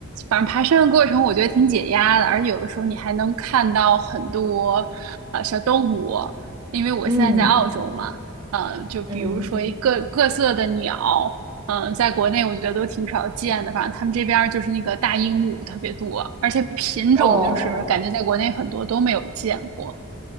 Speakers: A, on the right (about 85°); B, on the right (about 20°).
A: 反正爬山的过程我觉得挺解压的，而且有的时候你还能看到很多呃小动物，因为我现在在澳洲嘛，
B: 嗯
A: 呃，就比如说一各各色的鸟，
B: 嗯，
A: 嗯、在国内我觉得都挺少见的，反正他们这边儿就是那个大鹦鹉特别多，而且品种就是感觉在国内很多都没有见过。
B: 哦。